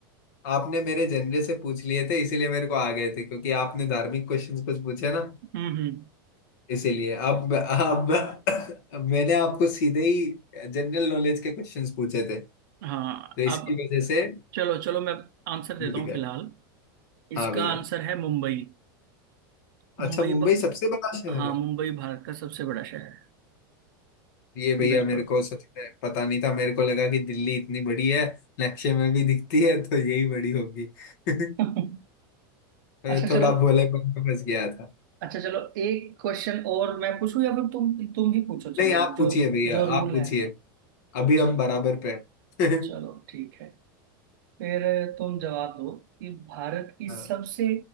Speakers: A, on the left; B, on the right.
A: आपने मेरे जनरे से पूछ लिए थे इसीलिए मेरे को आ गए थे क्योंकि आपने धार्मिक क्वेश्चंस कुछ पूछे ना
B: हम्म हम्म,
A: इसीलिए अब अब अब मैंने आपको सीधे ही जनरल नॉलेज के क्वेश्चंस पूछे थे तो
B: हाँ
A: इसकी
B: अब
A: वजह से
B: चलो चलो मैं आंसर देता
A: छूट
B: हूँ
A: गए
B: फिलहाल इसका
A: हाँ भैया
B: आंसर है मुंबई मुंबई
A: अच्छा मुंबई
B: ब-
A: सबसे बड़ा शहर
B: हाँ
A: है
B: मुंबई भारत का सबसे बड़ा शहर है
A: ये भैया
B: बिल्कुल
A: मेरे को सच में पता नहीं था मेरे को लगा कि दिल्ली इतनी बड़ी है नक्शे में भी दिखती है तो यही बड़ी होगी <laughs>
B: <laughs>
A: मैं
B: अच्छा
A: थोड़ा
B: चलो
A: भोलेपन में फंस गया था
B: अच्छा चलो एक क्वेश्चन और मैं पूछूं या फिर तुम तुम ही पूछो चलो
A: नहीं आप
B: जो
A: पूछिए भैया
B: जो रूल
A: आप पूछिए
B: है
A: अभी
B: चलो
A: हम बराबर पे हैं
B: चलो
A: <laughs>
B: ठीक है फिर तुम जवाब दो कि भारत की
A: हाँ
B: सबसे